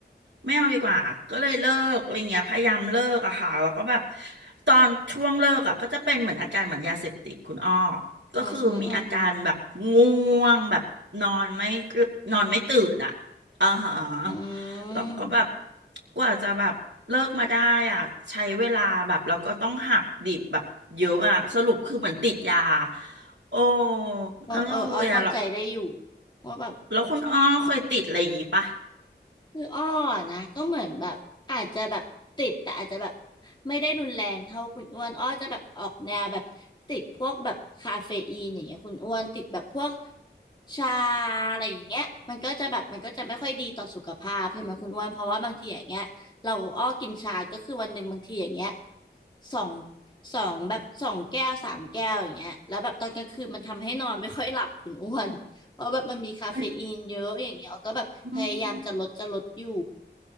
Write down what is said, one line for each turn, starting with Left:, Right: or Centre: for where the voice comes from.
Right: ไม่เอาดีกว่าก็เลยเลิกอะไรเงี้ยพยายามเลิกอะค่ะแล้วก็แบบตอนช่วงเลิกอะก็จะเป็นเหมือนอาการเหมือนยาเสพติดคุณอ้อก็คือมีอาการแบบง่วงแบบนอนไม่
Left: อือฮึอือฮึ
Right: นอนไม่ตื่นอะอ่าฮะ
Left: อื
Right: แล้วก็แบบ
Left: ม
Right: กว่าจะแบบเลิกมาได้อะใช้เวลาแบบเราก็ต้องหักดิบแบบเยอะอะสรุปคือเหมือนติดยาโอ้
Left: เออเอออ้อเข้าใจได้อยู่
Right: นั่นเลยอะแล้ว
Left: ว่าแบบ
Right: แล้วคุณอ้อเคยติดอะไรอย่างงี้ปะ
Left: คืออ้อนะก็เหมือนแบบอาจจะแบบติดแต่อาจจะแบบไม่ได้รุนแรงเท่าคุณอ้วนอ้อจะแบบออกแนวแบบติดพวกแบบคาเฟอีนอย่างเงี้ยคุณอ้วนติดแบบพวกชาอะไรอย่างเงี้ยมันก็จะแบบมันก็จะไม่ค่อยดีต่อสุขภาพใช่ไหมคุณอ้วนเพราะว่าบางทีอย่างเงี้ยเราอ้อกินชาก็คือวันหนึ่งบางทีอย่างเงี้ยสองสองแบบสองแก้วสามแก้วอย่างเงี้ยแล้วแบบตอนกลางคืนมันทำให้นอนไม่ค่อยหลับคุณอ้วน เพราะแบบมันมีคาเฟอีนเยอะอย่างเงี้ยออยก็แบบพยายามจะลดจะลดอยู่
Right: มันอืม